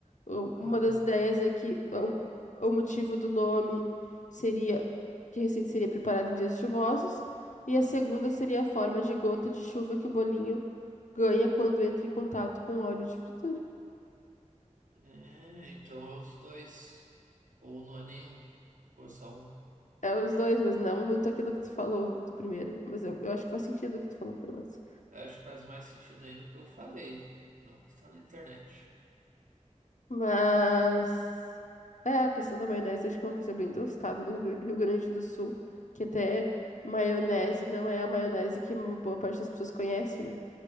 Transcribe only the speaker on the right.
Aham.
É, então é os dois. Ou não é nenhum. Ou é só um.
Eu acho que faz mais sentido ainda o que eu falei. Não o que está na internet.